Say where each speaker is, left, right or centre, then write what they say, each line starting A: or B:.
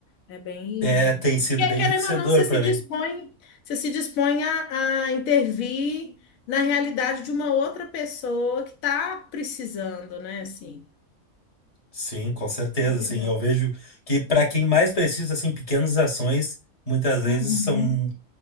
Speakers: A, on the left (about 90°); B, on the left (about 30°).
A: É bem.
B: é tem sido
A: E é,
B: bem
A: querendo
B: enriquecedor
A: ou não, você
B: para
A: se dispõe,
B: mim.
A: você se dispõe a, a intervir na realidade de uma outra pessoa que está precisando, né? Assim
B: Sim, com certeza,
A: milhão.
B: assim, eu vejo que para quem mais precisa assim pequenas ações muitas vezes
A: Uhum.
B: são